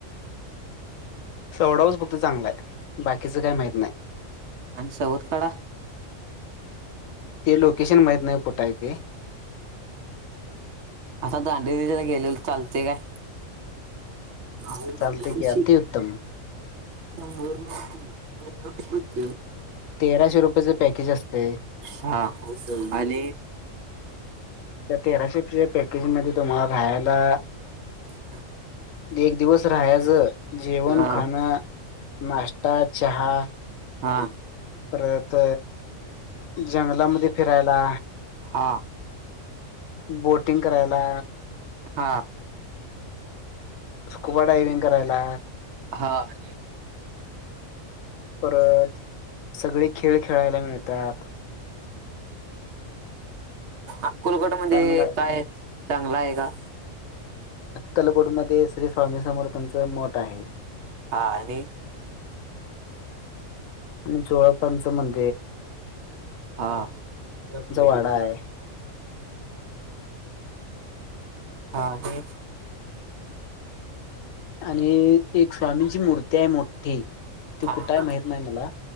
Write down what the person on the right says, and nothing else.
आणि सवत काढा
आता दांडे दिला गेले चालते काय ह म्ह
श ंभरच
हा आणि
हा
हा
हा
हा
हा
हा आणि
अकुलकटा मध्ये
काय चांगला आहे का
हा आणि
हा त्या पेढी
हा हे
हा